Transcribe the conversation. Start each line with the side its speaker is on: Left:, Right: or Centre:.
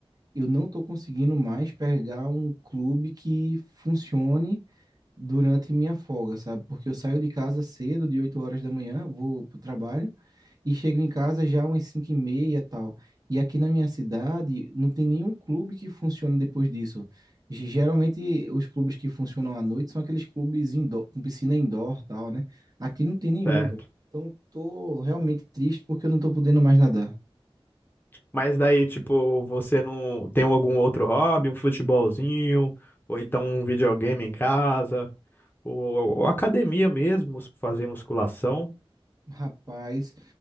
Right: eu não tô conseguindo mais pegar um clube que funcione durante minha folga, sabe? Porque eu saio de casa cedo, de 8 horas da manhã, vou pro trabalho e chego em casa já umas 5 e meia e tal. E aqui na minha cidade não tem nenhum clube que funcione depois disso. Ge- Geralmente os clubes que funcionam à noite são aqueles clubes indoor, com piscina indoor tal, né? Aqui não tem nenhum,
Left: certo.
Right: velho. Então tô realmente triste porque eu não tô podendo mais nadar.
Left: Mas daí, tipo, você não tem algum outro hobby, um futebolzinho, ou então um videogame em casa, ou, ou academia mesmo, mus- fazer musculação.
Right: Rapaz,